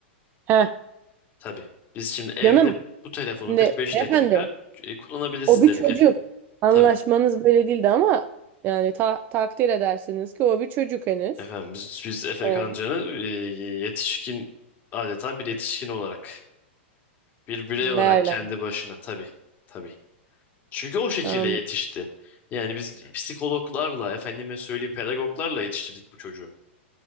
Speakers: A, on the right (about 30°); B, on the left (about 25°).
A: Heh
B: Tabii biz şimdi evde
A: canım.
B: bu telefonu
A: Şimdi
B: 45
A: efendi
B: dakika e, kullanabilirsin
A: O bir
B: dedik.
A: çocuk.
B: Efe,
A: Anlaşmanız
B: tabii
A: böyle değildi ama yani ta- takdir edersiniz ki o bir çocuk henüz.
B: efendim biz, biz Efekan
A: Ee,
B: Can'ı e, yetişkin adeta bir yetişkin olarak bir birey
A: değerlen.
B: olarak kendi başına tabii tabii. Çünkü o şekilde
A: Anladım.
B: yetişti. Yani biz psikologlarla efendime söyleyeyim pedagoglarla yetiştirdik bu çocuğu.